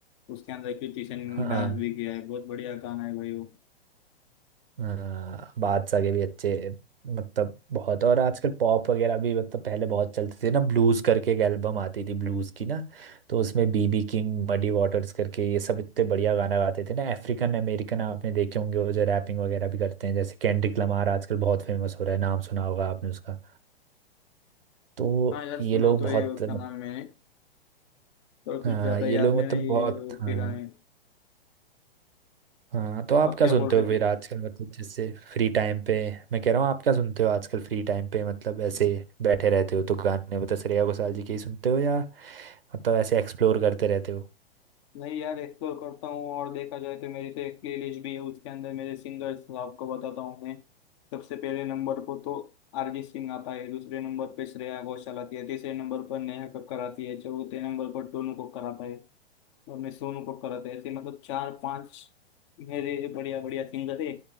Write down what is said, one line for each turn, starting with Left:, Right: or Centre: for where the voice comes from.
Left: उसके अंदर कृति सेन ने
Right: हाँ
Left: डांस भी किया है बहुत बढ़िया गाना है भाई वो
Right: हाँ, बादशाह के भी अच्छे मतलब बहुत और आजकल पॉप वगैरह भी मतलब पहले बहुत चलते थे ना ब्लूज करके एक एल्बम आती थी ब्लूज की ना तो उसमें बीबी किंग मडी वाटर्स करके ये सब इतने बढ़िया गाना गाते थे ना अफ्रीकन अमेरिकन आपने देखे होंगे वो जो रैपिंग वगैरह भी करते हैं जैसे केंड्रिक लमार आजकल बहुत फेमस हो रहा है नाम सुना होगा आपने उसका तो
Left: हाँ यार सुना
Right: ये लोग
Left: तो
Right: बहुत
Left: है उसका नाम मैंने पर कुछ
Right: हाँ
Left: ज्यादा
Right: ये
Left: याद
Right: लोग
Left: में
Right: मतलब
Left: नहीं
Right: बहुत
Left: है उसके
Right: हाँ
Left: गाने
Right: हाँ तो आप
Left: आप
Right: क्या
Left: क्या
Right: सुनते
Left: बोल
Right: हो
Left: रहे
Right: फिर
Left: थे
Right: आजकल मतलब जैसे फ्री टाइम पे मैं कह रहा हूँ आप क्या सुनते हो आजकल फ्री टाइम पे मतलब ऐसे बैठे रहते हो तो गाने मतलब श्रेया घोषाल जी के ही सुनते हो या मतलब ऐसे एक्सप्लोर करते रहते हो
Left: नहीं यार एक्सप्लोर करता हूँ और देखा जाए तो मेरी तो एक प्लेलिस्ट भी है उसके अंदर मेरे सिंगर्स आपको बताता हूँ मैं सबसे पहले नंबर पर तो अरिजीत सिंह आता है दूसरे नंबर पर श्रेया घोषाल आती है तीसरे नंबर पर नेहा कक्कर आती है चौथे नंबर पर टोनू कक्कर आता है हमने सोनू कक्कर आते ऐसे मतलब चार पांच मेरे बढ़िया बढ़िया सिंगर है